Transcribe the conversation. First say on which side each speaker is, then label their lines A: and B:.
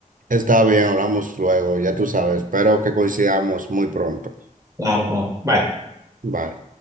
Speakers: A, on the right (about 75°); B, on the right (about 25°).
A: Está bien, hablamos luego, ya tú sabes. Espero que coincidamos muy pronto.
B: Claro, claro. Bye.
A: Bye.